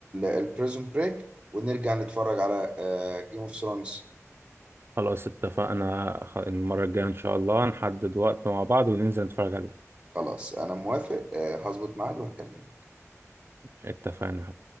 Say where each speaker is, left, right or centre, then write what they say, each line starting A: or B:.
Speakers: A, on the right; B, on the right.
A: البريزون بريك ونرجع نتفرج على آه جيم اوف ثرونز
B: خلاص اتفقنا خ- المره الجايه ان شاء الله نحدد وقت مع بعض وننزل نتفرج عليه
A: خلاص أنا موافق آه هظبط ميعاد وهكلمك
B: اتفقنا